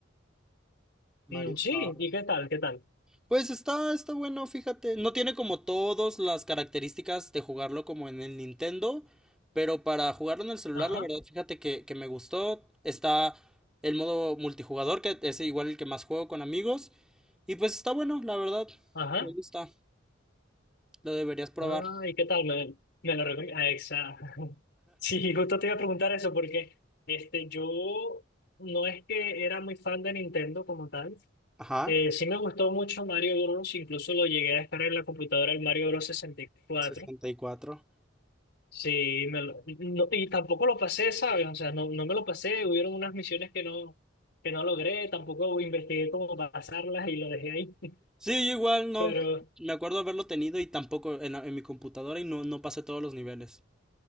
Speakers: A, in the centre; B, on the left.
A: Mario
B: Mm, Sí,
A: Kart.
B: ¿y qué tal? ¿Qué tal?
A: Pues está, está bueno, fíjate. No tiene como todas las características de jugarlo como en el Nintendo, pero para jugarlo en el celular,
B: Ajá,
A: la verdad, fíjate que, que me gustó. Está el modo multijugador, que es igual el que más juego con amigos. Y pues está bueno, la verdad.
B: ajá.
A: Me gusta. Lo deberías probar.
B: Ah, ¿y qué tal? Me, me lo recomiendo. exacto. <laughs> Sí, justo te iba a preguntar eso porque este, yo no es que era muy fan de Nintendo como tal.
A: Ajá.
B: Eh, sí me gustó mucho Mario Bros. Incluso lo llegué a descargar en la computadora el Mario Bros. 64.
A: 64.
B: Sí, me lo- no- y tampoco lo pasé, ¿sabes? O sea, no, no me lo pasé, hubieron unas misiones que no, que no logré, tampoco investigué cómo pasarlas y lo dejé ahí. <laughs>
A: Sí, yo igual no.
B: Pero,
A: Me acuerdo haberlo tenido y tampoco en, la- en mi computadora y no, no pasé todos los niveles.